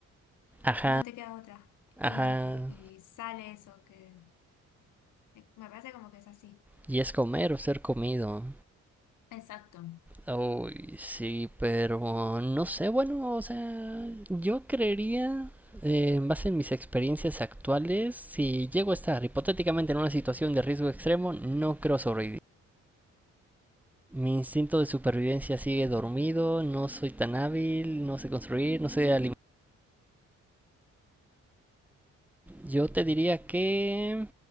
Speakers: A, in the centre; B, on the left.
A: Ajá,
B: no te queda otra.
A: ajá.
B: Y, y sale eso, que eh, me parece como que es así.
A: Y es comer o ser comido.
B: Exacto.
A: Uy, sí, pero no sé, bueno, o sea, yo creería, eh, en base en mis experiencias actuales, si llego a estar hipotéticamente en una situación de riesgo extremo, no creo sobrevivir. Mi instinto de supervivencia sigue dormido, no soy tan hábil, no sé construir, no sé alimentar. Yo te diría que...